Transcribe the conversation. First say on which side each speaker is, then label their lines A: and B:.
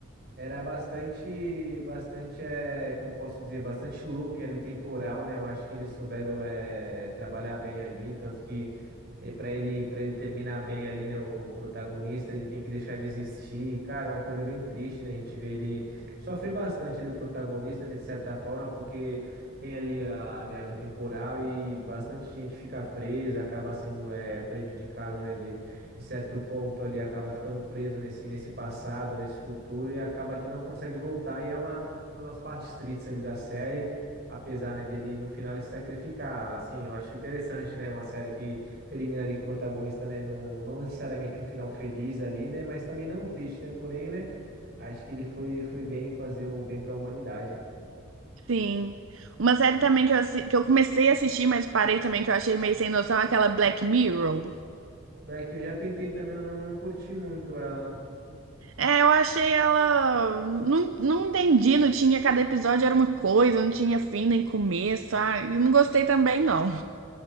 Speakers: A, on the right; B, on the right.
A: Era bastante, bastante, é, como eu posso dizer, bastante looping ali temporal, né? Eu acho que eles souberam, é, trabalhar bem ali, tanto que E para ele, para ele terminar bem ali, né, o protagonista, ele tem que deixar de existir. Cara, é uma coisa bem triste, né? A gente vê ele sofre bastante ali o protagonista, né, de certa forma, porque tem ali a, a viagem temporal e bastante gente fica presa, acaba sendo é, prejudicado, né, de, de certo ponto ali, acaba ficando preso nesse nesse passado, nesse futuro e acaba que não consegue voltar e é uma uma das partes tristes ali da série. Apesar, né, dele no final ele se sacrificar, assim, eu acho interessante, né, uma série que termina ali com o protagonista, né? Não, não, não necessariamente um final feliz ali, né? Mas também não triste, né? Porém, né? Acho que ele foi, foi bem fazer o bem para a humanidade.
B: Sim. Uma série também que eu, assi- que eu comecei a assistir, mas parei também, que eu achei meio sem noção, é aquela Black Mirror.
A: Black, eu já tentei também, eu não, não curti muito ela.
B: É, eu achei ela. Não, não entendi, não tinha. Cada episódio era uma coisa, não tinha fim nem começo. Ah, e não gostei também, não.